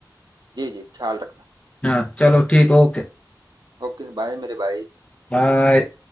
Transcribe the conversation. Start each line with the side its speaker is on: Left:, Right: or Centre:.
Right: जी, जी, ख्याल रखना।
Left: हाँ चलो ठीक ओके
Right: ओके, बाय मेरे भाई।
Left: बाय